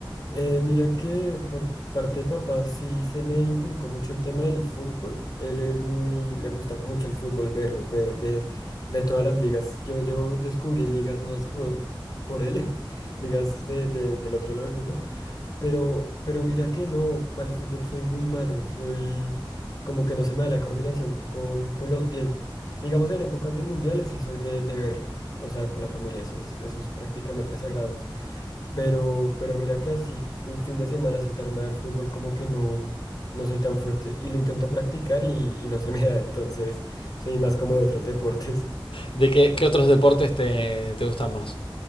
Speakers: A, on the left; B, on the left.
A: eh, mira que por parte de papá sí se me inculcó mucho el tema del fútbol. Él es muy, le gusta mucho el fútbol, verlo, ve, ve, ve todas las ligas. Yo, yo descubrí ligas nuevas por, por él, <laughs> ligas de, de- del otro lado del mundo. Pero, pero mira que no, para el fútbol soy muy malo, soy como que no se me da la coordinación con, con los pies. Digamos en épocas de mundiales sí soy de, de verlo, o sea, con la familia, eso es, eso es prácticamente sagrado. Pero, pero mira que así un fin de semana sentarme a ver fútbol como que no, no soy tan fuerte. Y lo intento practicar y, y no se <laughs> me da, entonces soy más como de otros deportes.
B: ¿De qué, qué otros deportes te, te gustan más?